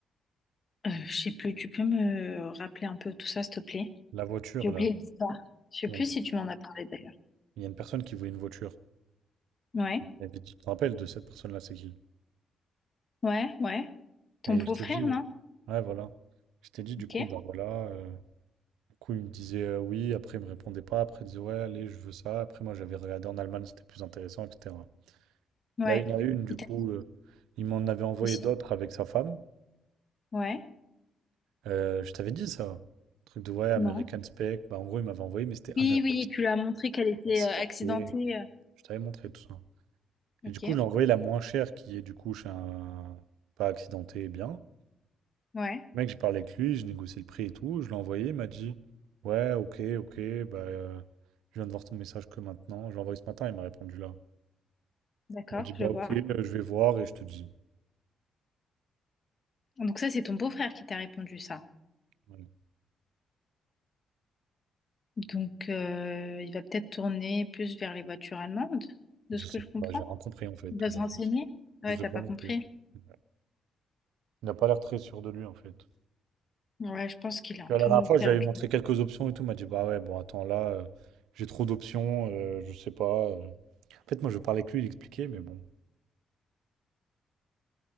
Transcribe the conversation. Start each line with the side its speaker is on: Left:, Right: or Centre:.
Left: Euh, je sais plus, tu peux me rappeler un peu tout ça, s'il te plaît?
Right: La voiture,
Left: J'ai oublié
Right: là.
Left: l'histoire. Je sais
Right: Il
Left: plus
Right: y a
Left: si tu m'en as parlé d'ailleurs.
Right: il y a une personne qui voulait une voiture.
Left: Ouais,
Right: Et puis, tu te rappelles de cette personne-là, c'est qui?
Left: ouais, ouais. Ton
Right: Et
Left: beau-frère,
Right: je t'ai dit, ouais,
Left: non?
Right: voilà. Je t'ai dit, du
Left: Ok.
Right: coup, bah voilà. euh, du coup, il me disait euh, oui, après, il me répondait pas. Après, il disait, ouais, allez, je veux ça. Après, moi, j'avais regardé en Allemagne, c'était plus intéressant, etc.
Left: Ouais.
Right: Là, une à une, du
Left: Il t'a
Right: coup,
Left: dit
Right: euh, il m'en avait envoyé
Left: ici?
Right: d'autres avec sa femme.
Left: Ouais.
Right: Euh, je t'avais dit ça. Truc de ouais, American
Left: Non.
Right: Spec. Bah, en gros, il m'avait envoyé, mais c'était
Left: Oui,
Right: American
Left: oui, tu lui as montré qu'elle était
Right: Accidenté.
Left: euh, accidentée. euh.
Right: Je t'avais montré tout ça.
Left: Ok.
Right: Et du coup, je l'ai envoyé la moins chère, qui est du coup chez un pas accidenté, bien.
Left: Ouais.
Right: Le mec, j'ai parlé avec lui, j'ai négocié le prix et tout. Je l'ai envoyé, il m'a dit ouais, ok, ok, bah, euh, je viens de voir ton message que maintenant. Je l'ai envoyé ce matin, il m'a répondu là.
Left: D'accord,
Right: Il m'a dit bah,
Left: je vois.
Right: ok, euh, je vais voir et je te dis.
Left: Donc ça, c'est ton beau-frère qui t'a répondu ça.
Right: Ouais.
Left: Donc euh, il va peut-être tourner plus vers les voitures allemandes, de
Right: Je
Left: ce
Right: sais
Left: que je comprends.
Right: pas, j'ai rien compris en fait.
Left: Il va
Right: Bah,
Left: se renseigner. Ouais,
Right: Je sais
Left: t'as
Right: pas
Left: pas
Right: non
Left: compris.
Right: plus. Il n'a pas l'air très sûr de lui en fait.
Left: Ouais, je pense qu'il est un
Right: Puis à la
Left: peu
Right: dernière fois, je
Left: perdu.
Right: lui avais montré quelques options et tout. Il m'a dit, bah ouais, bon, attends, là, euh, j'ai trop d'options, euh, je sais pas. euh. En fait, moi, je parlais avec lui, il expliquait, mais bon.